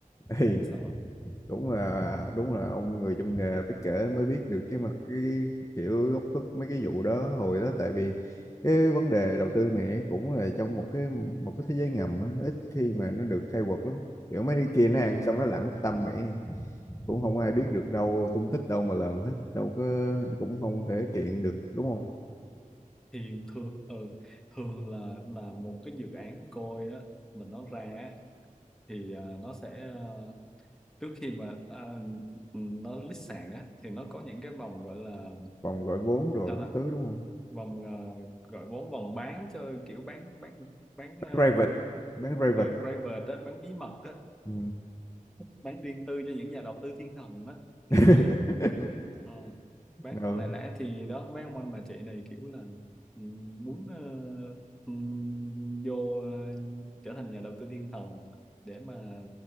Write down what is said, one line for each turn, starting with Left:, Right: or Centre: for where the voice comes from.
Left: ừ <laughs>
Centre: đáng sợ
Left: đúng là đúng là ông người trong nghề phải kể mới biết được cái mặt cái kiểu góc khuất mấy cái vụ đó hồi đó tại vì cái vấn đề đầu tư này cũng là trong một cái một cái thế giới ngầm á, nó ít khi mà nó được khai quật lắm kiểu mấy cái kia nó
Centre: ừ.
Left: ăn xong nó lặn mất tâm mày cũng không ai biết được đâu tung tích đâu mà lần hết đâu có cũng không thể kiện được đúng không
Centre: thì thường ờ, thường là là một cái dự án coi á mình nó ra á, thì à, nó sẽ ờ, trước khi mà à, ừ, nó list sàn á thì nó có những cái vòng gọi là
Left: vòng gọi vốn rồi
Centre: sao ta
Left: cái thứ đúng không
Centre: vòng ờ, gọi vốn vòng bán cho kiểu bán bán bán
Left: bán
Centre: ờ,
Left: private bán private
Centre: ừ, private á, bán bí mật á,
Left: ừ.
Centre: bán riêng tư cho những nhà đầu tư thiên thần á, kiểu
Left: <laughs>
Centre: vậy á. Ờ, bán
Left: ừ.
Centre: lẻ lẻ thì đó mấy ông anh bà chị này kiểu là ừ, muốn ờ, ừ, vô ờ, trở thành nhà đầu tư thiên thần để mà